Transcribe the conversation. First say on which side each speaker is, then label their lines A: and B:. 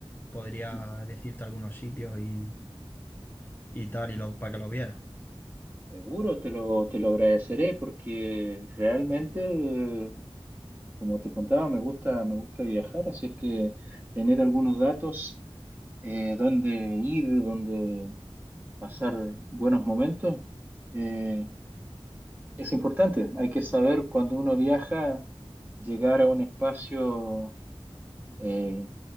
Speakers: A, on the left; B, on the right.
A: Podría
B: Y
A: decirte algunos sitios y, y tal, y lo, para que lo vieras.
B: seguro te lo, te lo agradeceré porque realmente, eh, como te contaba, me gusta, me gusta viajar, así es que tener algunos datos. eh, dónde ir, dónde pasar buenos momentos, eh, es importante. Hay que saber cuando uno viaja, llegar a un espacio eh,